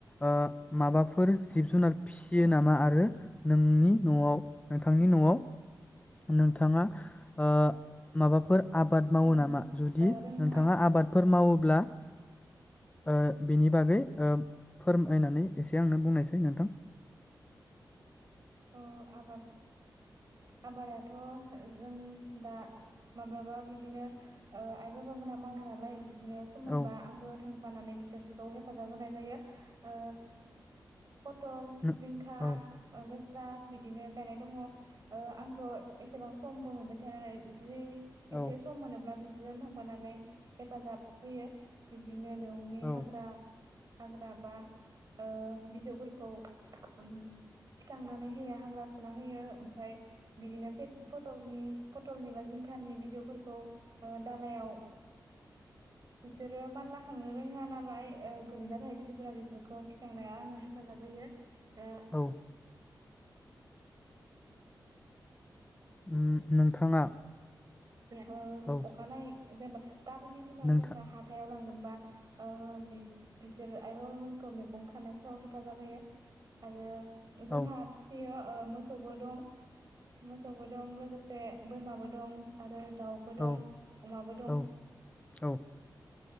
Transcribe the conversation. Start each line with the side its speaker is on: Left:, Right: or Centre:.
Left: ओ माबाफोर जिब जुनार फिसियो नामा आरो नोंनि नआव नोंथांनि नआव नोंथाङा ओ माबाफोर आबाद मावो
Right: दे नोंथां
Left: नामा जुदि
Right: ओ जोंहा
Left: नोंथाङा आबादफोर मावो ब्ला ओ बिनि बागै ओ फोरमायनानै एसे आंनो बुंनायसाय नोंथां।
Right: औ आबाद आबादाथ' जोंनि दा माब्लाबा बिदिनो ओ आइ बाबामोनहा मावो नालाय नो सम मोनबा
Left: औ
Right: आंबो थां फानानै बिसोरखौ हेफाजाब होनाय जायो ओ पटल,
Left: नो-
Right: जिंखा <unintelligible>
Left: औ
Right: स्रा बिदिनो गायनाय दंङ ओ आंथ एसेबां समबो मोनबाय थाया नालाय जि एसे
Left: औ
Right: सम मोनोब्ला बिसो जों थांबानानै हेफाजाब होयो <unintelligible> बिदिनो मेगंनि
Left: औ
Right: हाग्रा हाग्रा बा ओ बिजौफोरखौ उम फुस्रांनानै होयो हाग्रा फुना होयो ओमफ्राय बिदिनो, पेट फटलनि पटलनि बा जिंखानि बिजौफोरखौ दालायाव, बिसोरो मानला खांनो रोङा नालाय ओ गोलैना थायो बिजौफोरा बेफोरखौ थिखांनाया आङो हेफाजाब होयो, ओ
Left: औ उम नोंथाङा,
Right: नेथ'
Left: औ
Right: अखानायै जेनबा, गामोननि दिनाव
Left: नोंथां
Right: जेनबा हाथायाव लांगोन बा ओ बि बिसोर आइ बाबामोनखौ मैगं खानायफोराव हेफाजाब होयो आरो, जोंहा
Left: औ
Right: फिसियो, ओ मोसौबो दं, मोसौबो दं लोगोसे बोरमाबो, दं आरो दाउबो दं
Left: औ
Right: अमाबो दं
Left: औ औ